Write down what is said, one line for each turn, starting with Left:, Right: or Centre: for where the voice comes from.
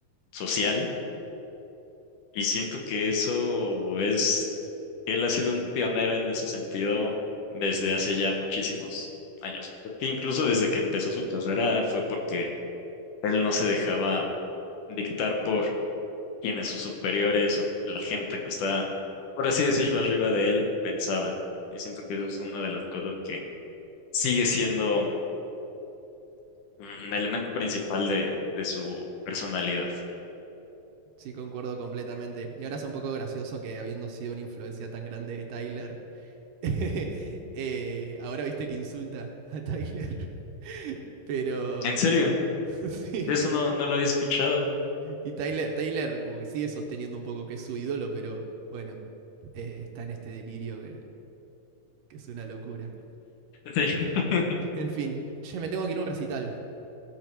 Left: social. Y siento que eso es, él ha sido un pionero en ese sentido desde hace ya muchísimos años. Porque incluso desde que empezó su carrera fue porque él no se dejaba dictar por quienes sus superiores o la gente que está, por así decirlo, arriba de él pensaban. Y siento que eso es una de las cosas que sigue siendo un elemento principal de, de su personalidad.
Right: Sí, concuerdo completamente. Y ahora es un poco gracioso que habiendo sido una influencia tan grande de Tyler, <laughs> eh, ahora viste que insulta a Tyler. <laughs> Pero
Left: En serio,
Right: <laughs> sí,
Left: de eso no, no lo había escuchado.
Right: Y Tyler, Tyler como que sigue sosteniendo un poco que es su ídolo, pero bueno, eh, está en este delirio que, que es una locura.
Left: Sí. <laughs>
Right: En fin, che, me tengo que ir a un recital.